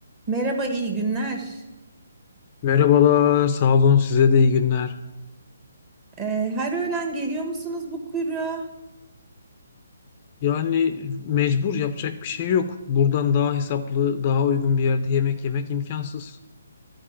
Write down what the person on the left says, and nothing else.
Merhabalar, sağ olun size de iyi günler.
Yani mecbur yapacak bir şey yok. Buradan daha hesaplı, daha uygun bir yerde yemek yemek imkansız.